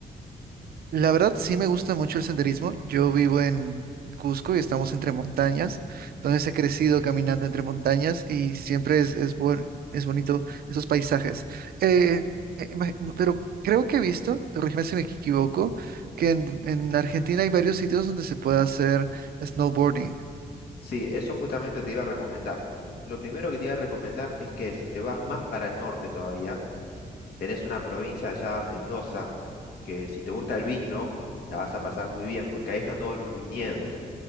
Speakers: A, on the right; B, on the left.
A: La verdad sí me gusta mucho el senderismo. Yo vivo en Cusco y estamos entre montañas. Entonces he crecido caminando entre montañas y siempre es, es, buen- es bonito esos paisajes. Eh, eh, ima- pero creo que he visto, corrígeme si me equivoco, que en, en Argentina hay varios sitios donde se puede hacer snowboarding.
B: Sí, eso justamente te iba a recomendar. Lo primero que te iba a recomendar es que si te vas más para el norte todavía, tenés una provincia allá, Mendoza, que si te gusta el vino, la vas a pasar muy bien, porque ahí están todos los viñedos.